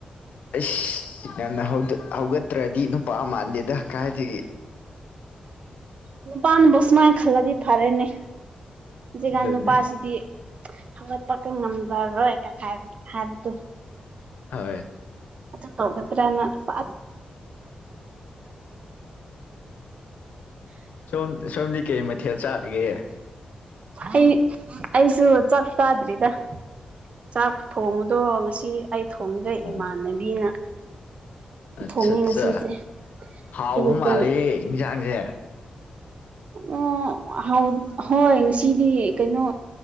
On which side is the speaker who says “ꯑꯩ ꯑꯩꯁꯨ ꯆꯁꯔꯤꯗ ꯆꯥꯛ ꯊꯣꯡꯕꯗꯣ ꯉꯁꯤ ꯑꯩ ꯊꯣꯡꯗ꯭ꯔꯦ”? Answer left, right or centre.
Right